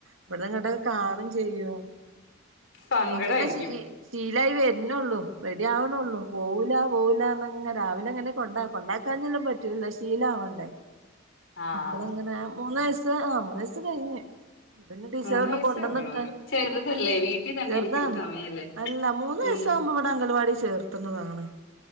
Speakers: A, on the right; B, on the left.
A: ഇവിടന്ന്ങ്ങോട്ട കാണും ചെയ്യും
B: സങ്കടായിരിക്കും
A: അപ്പങ്ങനെ ശീ ശീലായി വരണള്ളൂ റെഡി ആവണള്ളൂ പോവൂല പോവൂല അർഞങ്ങനെ രാവിലെ അങ്ങനെ കൊണ്ടാക്കും കൊണ്ടാക്കാഞ്ഞെല്ല പറ്റൂലല്ലോ ശീലാവണ്ടേ
B: ആ
A: മക്കളെങ്ങനെ മൂന്ന വയസ് ആ മൂന്ന വയസ്സ് കഴിഞ് പിന്നെ ടീച്ചർ
B: മൂന്ന്
A: അർഞ്
B: വയസ്സേ
A: കൊണ്ടുവന്നിട്ട
B: ഉള്ളൂല്ലോ ചെറുതല്ലേ വീട്ടിൽ തന്നെ
A: ചെറുതാണ്
B: ഇരിക്കേണ്ട സമയല്ലേ
A: അല്ല മൂന്ന്
B: ഉം
A: വയസ് വുമ്പ ഇവിടെ അംഗൽവാടി ചേർത്തുന്നതാണ്